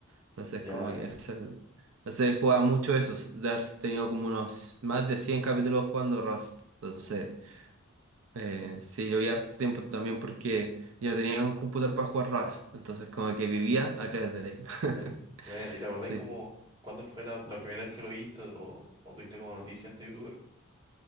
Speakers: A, on the right; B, on the right.
A: Entonces,
B: ya,
A: como que
B: ya.
A: es el... Entonces él jugaba mucho eso, has tenido como unos más de 100 capítulos jugando Rust, entonces... Eh, sí, lo vi harto tiempo también porque yo no tenía un computador para jugar Rust, entonces como que vivía a través de él. <laughs>
B: de él. Bueno, ¿y te acordáis
A: Sí.
B: como cuándo fue la, la primera vez que lo viste o, o tuviste como noticia a este youtuber?